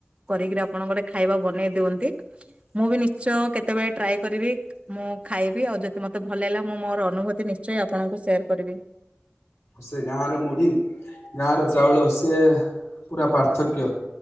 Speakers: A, on the right; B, on the left.
A: କରିକିରି ଆପଣଙ୍କ ଗୋଟେ ଖାଇବା ବନେଇ ଦିଅନ୍ତି ମୁଁ ବି ନିଶ୍ଚୟ କେ କେତେବେଳେ ଟ୍ରାଏ କରିବି। ମୁଁ ଖାଇବି ଆଉ ଯଦି ମତେ ଭଲ ଲାଗିଲା ମୁଁ ମୋର ଅନୁଭୂତି ନିଶ୍ଚୟ ଆପଣଙ୍କୁ ସେୟାର କରିବି।
B: ସେ ଗାଁ ର ମୁଢି ଗାଁ ର ଚାଉଳ ସେ ପୁରା ପାର୍ଥକ୍ୟ।